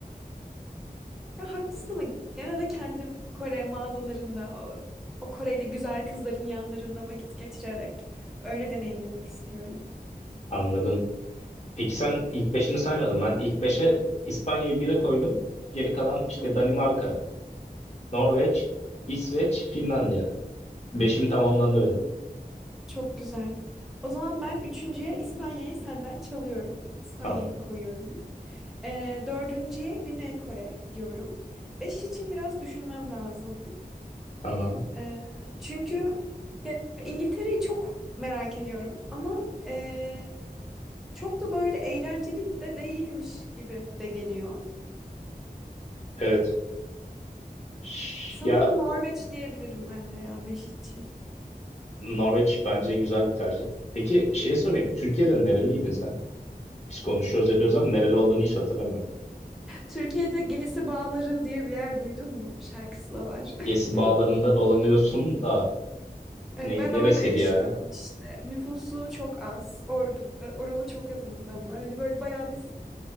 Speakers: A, in the centre; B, on the left.
A: Ya haklısın ama gene de kendim Kore mağazalarında o, o Koreli güzel kızların yanlarında vakit geçirerek öyle deneyimlemek istiyorum.
B: Anladım. Peki sen ilk beşini saymadın. Ben ilk beşe İspanya'yı bire koydum. Geri kalan işte
A: Hı hı.
B: Danimarka, Norveç, İsveç, Finlandiya. Beşim tamamlandı benim.
A: Çok güzel. O zaman ben üçüncüye İspanya'yı senden çalıyorum. İspanya'yı
B: Tamam.
A: koyuyorum. Ee, dördüncüye Güney Kore diyorum. Beş için biraz düşünmem lazım.
B: Tamam.
A: Ee, çünkü ya, İngiltere'yi çok merak ediyorum ama e, çok da böyle eğlenceli de değilmiş gibi de geliyor.
B: Evet. Ş-
A: Sanırım
B: Ya
A: Norveç diyebilirim ben de ya beş için.
B: Norveç bence güzel bir tercih. Peki şey sorayım. Türkiye'de nereliydin sen? Biz konuşuyoruz ediyoruz ama nereli olduğunu hiç hatırlamıyorum.
A: Türkiye'de Gezi Bağları diye bir yer duydun mu? Şarkısı da var. <laughs>
B: Gezi bağlarında dolanıyorsun da ne,
A: Ee, ben
B: neresiydi
A: orada yaşıyorum
B: ya?
A: işte. Nüfusu çok az. Orada oralı çok az insan var. Hani böyle bayağı bir